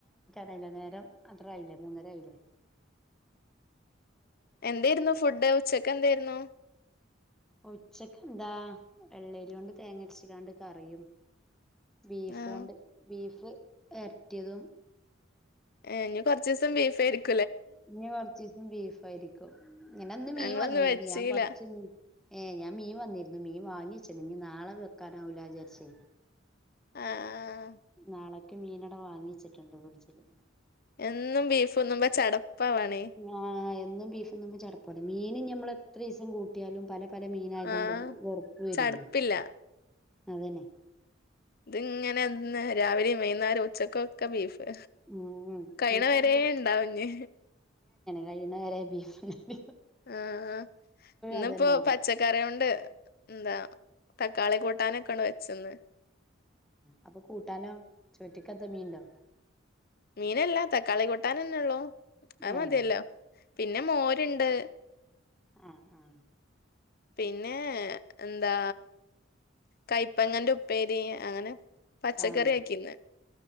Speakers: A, in the centre; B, on the left.
A: നല്ല നേരം അത്രായില്ലേ മൂന്നരായില്ലേ
B: എന്തായിരുന്നു ഫുഡ് ഉച്ചക്ക് എന്തായിരുന്നു
A: ഉച്ചക്ക് എന്താ എള്ളയില കൊണ്ട് തേങ്ങരച്ചിടാണ്ട് കറിയും ബീഫോണ്ട്
B: ആഹ്
A: ബീഫ് വരറ്റിയതും
B: ഇനി കുറച്ച് ദിവസം ബീഫ <unintelligible>
A: ഇനി കൊറച്ച് ദിവസം ബീഫ് ആയിരിക്കും ഇങ്ങനെ അന്ന് മീൻ
B: ഞങ്ങളൊന്നും
A: വന്നിരുന്നു
B: വെച്ചീല
A: ഞാൻ കൊറച്ച് മീ ഏ ഞാൻ മീൻ വന്നിരുന്നു മീൻ വാങ്ങി പക്ഷെ മീൻ നാളെ വെക്കാനാവില്ല വിചാരിച്ച്.
B: ആഹ്.
A: നാള ഇക്ക് മീനട വാങ്ങിച്ചിട്ടുണ്ട് ഫ്രിഡ്ജില്
B: എന്നും ബീഫ് തിന്നുമ്പോ ചടപ്പാവാണേ
A: ആഹ് എന്നും ബീഫും തിന്നുമ്പം ചടപ്പാണ്മ് മീന് ഇനി ഞമ്മ എത്ര ദിവസം കൂട്ടിയാലും പല പല മീന ആയത്
B: ആഹ്
A: കൊണ്ട് വെറുപ്പ് വരൂലേ
B: ചടപ്പില്ല
A: അതെന്നെ
B: ഇത്ങ്ങനെ എന്നും രാവിലെയും വൈകുന്നേ- എന്തായാലും ഉച്ചക്കൊക്കെ ബീഫ്
A: ഉം
B: കഴിയണ
A: ബീഫാവുമ്പോ
B: വരേ ഉണ്ടാകും ഇനി
A: കഴിയുന്നവരെ ബീഫ് ഉണ്ട്
B: ആആ ഇന്നിപ്പോ
A: അതന്നെല്ലേ
B: പച്ചക്കറിണ്ട് എന്താ തക്കാളി കൂട്ടാനൊക്കെയാണ് വെച്ചന്ന്
A: അപ്പൊ കൂട്ടാ നോ ചോ ട്ടി ക്കത്തെ മീനുടോ
B: മീനീല്ല തക്കാളി കൂട്ടാൻന്നെ ഉള്ളു അത്
A: ഏഹ്
B: മതിയല്ലോ പിന്നെ മോരുണ്ട്
A: ആ ആ
B: പിന്നെ എന്താ കൈപ്പങ്ങന്റെ ഉപ്പേരി അങ്ങനെ പച്ചക്കറി
A: ആഹ്
B: ആക്കി ഇന്ന്